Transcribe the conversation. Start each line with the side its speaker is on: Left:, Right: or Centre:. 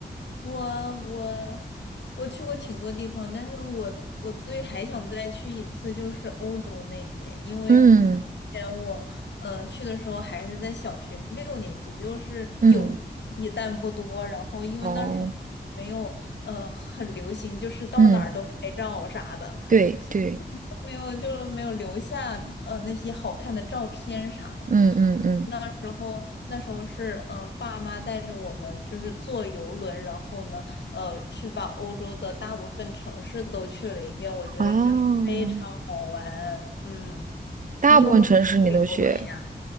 Left: 我我我去过挺多地方，但是我我最还想再去一次就是欧洲那边，因为之
Right: 嗯
Left: 前我呃去的时候还是在小学六年级，就是有记忆但不多，
Right: 嗯，
Left: 然后因为那时候也没有呃很流行，
Right: 哦，
Left: 就是到哪儿都拍照啥的，
Right: 嗯，对对，
Left: <laughs> 没有就没有留下呃那些好看的照片啥的。
Right: 嗯嗯嗯，
Left: 那时候，那时候是，嗯、呃爸妈带着我们就是坐游轮，然后呢，呃，去把欧洲的大部分城市都去了一遍，我觉得这是非常好玩。
Right: 哦，
Left: 嗯，
Right: 大部分城市你都去，
Left: 你有没有坐过游轮呀？